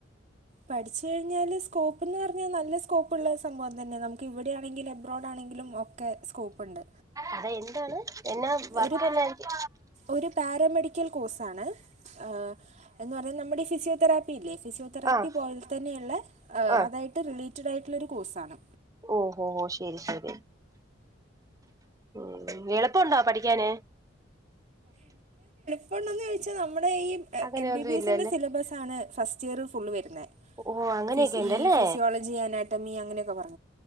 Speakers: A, on the right (about 40°); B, on the right (about 20°).
A: പഠിച്ചു കഴിഞ്ഞാല് സ്കോപ്പ് ന്ന് പറഞ്ഞാൽ നല്ല സ്കോപ്പുള്ള സംം തന്നെ നമുക്ക് ഇവിടെണങ്കിൽ അബ്രോഡ് ആണെങ്കിലും ഒക്കെ സ്കോപ്പുണ്ട്
B: അതാ എന്താണ് എന്നാ വർക്കെന്നാ
A: ഒരു
B: എൻക്ക്
A: ഒരു പാരാമെഡിക്കൽ കോഴ്സാണ് ഹ് എന്ന് പറയുന്നത് നമ്മുടെഈ ഫിസിയോതെറാപ്പി ഇല്ലേ ഫിസിയോതെറാപ്പി
B: ആ
A: പോലെ തന്നെയുള്ള
B: ആഹ്
A: അതായിട്ട് റിലേറ്റഡ് ആയിട്ടുള്ളൊരു കോഴ്സാണ്.
B: ഓഹോ ഹോ ശരി ശരി ഉ എളുപ്പണ്ടോ പഠി ക്കാന്
A: പ്പോണ്ടെന്ന് ചോയിച്ചാ നമ്മുടെ ഈ
B: അങ്ങനെ
A: എം ബി
B: ഒന്നും
A: ബി
B: ഇല്ലല്ലേ
A: എസിൻ്ന്റെ സിലബസ ആണ് ഫസ്റ്റ് ഇയർ ഫുള്ള് വരുന്ന
B: ഓ അങ്ങനെയൊക്കെ
A: ഫിസി
B: ഉണ്ടല്ലേ
A: ഈ ഫിസിയോളജി അനാറ്റമി അങ്ങനെയൊക്കെ പറഞ്ഞു